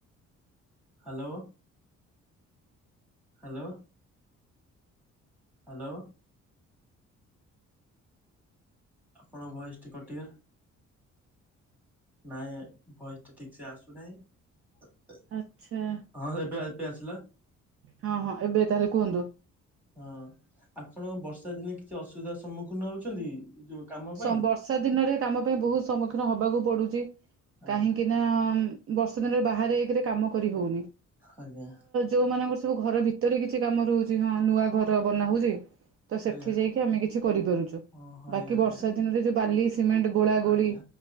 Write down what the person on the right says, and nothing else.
ଆଚ୍ଛା
ହଁ ହଁ ଏବେ ତାହେଲେ କୁହନ୍ତୁ।
ସମ୍ ବର୍ଷା ଦିନରେ କାମ ପାଇଁ ବୋହୁତ ସମ୍ମୁଖୀନ ହବାକୁ ପଡୁଚି।
କାହିଁକି? ଇନା ବର୍ଷା ଦିନରେ ବାହାରେ ଏକ ରେ କାମ କରି ହଉନି।
ଯୋଉ ମାନଙ୍କର ସବୁ ଘର ଭିତରେ କିଛି କାମ ରୋହୁଚି ହଁ ନୂଆ ଘର ବନା ହୋଉଚି। ତ ସେଠି
ଯାଇକି ଆମେ କିଛି କରିପାରୁଚୁ।
କି ବର୍ଷା
ଦିନରେ ଯୋଉ ବାଲି, ସିମେଣ୍ଟ ଗୋଳା ଗୋଳି